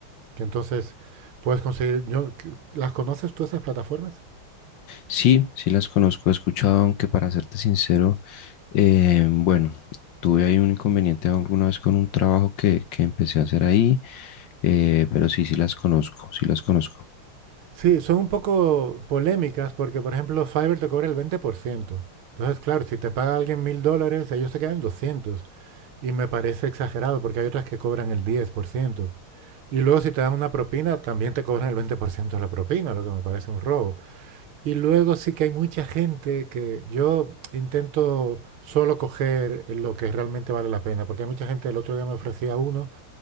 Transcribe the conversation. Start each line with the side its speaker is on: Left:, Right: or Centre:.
Right: que entonces puedes conseguir... yo- ¿Las conoces tú esas plataformas?
Left: Sí, sí las conozco, he escuchado, aunque para serte sincero, Eh, bueno, tuve ahí un inconveniente alguna vez con un trabajo que, que empecé a hacer ahí, eh, pero sí, sí las conozco, sí las conozco.
Right: Sí, son un poco polémicas porque, por ejemplo, Fiverr te cobra el veinte por ciento Entonces, claro, si te paga alguien mil dólares, ellos te quedan doscientos Y me parece exagerado porque hay otras que cobran el diez por ciento Y luego si te dan una propina, también te cobran el 20% de la propina, lo que me parece un robo. Y luego sí que hay mucha gente que yo intento solo coger lo que realmente vale la pena, porque hay mucha gente, el otro día me ofrecía uno